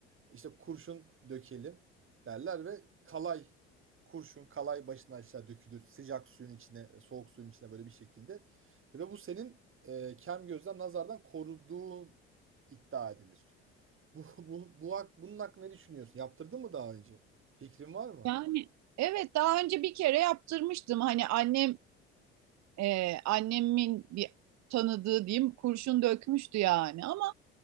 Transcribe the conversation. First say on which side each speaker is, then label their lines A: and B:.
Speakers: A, on the right (about 40°); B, on the right (about 55°).
A: İşte kurşun dökelim derler ve kalay kurşun kalay başına aşağı dökülür. Sıcak suyun içine, soğuk suyun içine böyle bir şekilde. Ve bu senin e, kem gözden, nazardan koruduğu iddia edilir. Bu, bu, bu, hak- bunun hakkında ne düşünüyorsun? Yaptırdın mı daha önce? Fikrin var mı?
B: Yani evet daha önce bir kere yaptırmıştım. Hani annem e, annemin bir tanıdığı diyeyim kurşun dökmüştü yani ama